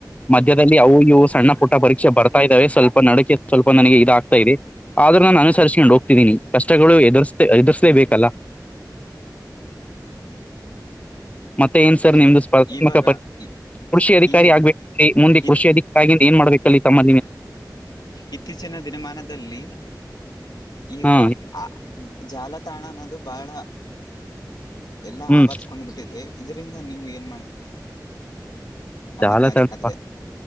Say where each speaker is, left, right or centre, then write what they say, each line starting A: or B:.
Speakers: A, on the left; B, on the left.
A: ಮಧ್ಯದಲ್ಲಿ ಅವು ಇವು ಸಣ್ಣ ಪುಟ್ಟ ಪರೀಕ್ಷೆ ಬರ್ತಾ ಇದ್ದಾವೆ ಸ್ವಲ್ಪ ಸ್ವಪ ನಡಿಕೆ ಸ್ವಲ್ಪ ನನಗೆ ಇದಾಗಗ್ತಾ ಇದೆ ಆದ್ರೆ ನಾನು ಅನುಸಸ್ಕೊಂಡು ಹೋಗ್ತಿದ್ದೀನಿ ಕಷ್ಟಗಳು ಎದುರ್ಸ್ ಎದುಸ್ಲೇ ಬಲ್ಲ
B: ಹ್ಮ್
A: ಮತ್ತೆ ಏನ್ ಸರ್
B: ಸರಿ
A: ನಿಮ್ದು ಸ್ಪರ್ಧಾತ್ಮಕ
B: ಇವಾಗ
A: ಪರೀಕ್ಷೆ
B: ಈ-
A: ಕೃಷಿ ಅಧಿಕಾರಿ
B: ಈಗ
A: ಆಗ್ಬೇಕ ಮುಂದೆ
B: ಇತ್
A: ಕೃಷಿ ಅಧಿಕಾರಿ ಆಗಿಂದ ಏನ್ ಮಾಡ್ಬೇಕ ಅ ತಮ್ಮ
B: ಇತ್ತೀಚಿನ ದಿನಮಾನದಲ್ಲಿ ಈಗ
A: ಹಾ
B: ಆ ಜಾಲತಾಣ ಅನ್ನೋದು ಬಹಳ ಎಲ್ಲ
A: ಹ್ಮ್
B: ಆವರ್ರಿಸಕೊಂಡ್ಬಿಟ್ಟಿದೆ ಇದರಿಂದ ನೀವು ಏನ್ ಮಾಡ್ತೀರಿ
A: ಸಾಲ
B: ಅಧಿಕಾರಿ
A: ತ
B: ಆದ್ರೆ